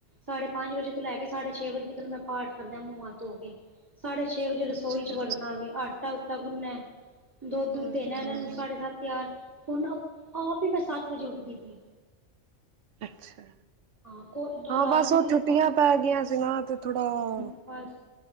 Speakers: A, on the right (about 15°); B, on the right (about 75°).
A: ਸਾਢੇ ਪੰਜ ਵਜੇ ਤੋਂ ਲੈ ਕੇ ਸਾਢੇ ਛੇ ਵਜੇ ਤੀਕਰ ਮੈਂ ਪਾਠ ਕਰਦੀ ਆਂ ਮੂੰਹਾਂ ਹੱਥ ਧੋ ਕੇ। ਸਾਢੇ ਛੇ ਵਜੇ ਰਸੋਈ
B: ਅੱਛਾ
A: 'ਚ ਵੜਨਾ ਵੇ ਆਟਾ-ਊਟਾ ਗੁੰਨਿਆ। ਦੁੱਧ ਦੁੱਧ
B: ਹਮ
A: ਦੇਣਾ ਇਹਨਾਂ ਨੂੰ ਸਾਢੇ ਸੱਤ ਤਿਆਰ, ਹੁਣ ਆਪ ਈ ਮੈਂ ਸੱਤ ਵਜੇ ਉੱਠਦੀ ਪਈ।
B: ਅੱਛਾ।
A: ਹਾਂ ਕੋ
B: ਹਾਂ
A: ਅਲਾਰਮ
B: ਬਸ ਉਹ
A: ਵੀ
B: ਛੁੱਟੀਆਂ
A: ਲਗਾ
B: ਪੈ ਗਈਆਂ ਸੀ ਨਾ ਤੇ ਥੋੜਾ-
A: ਬਸ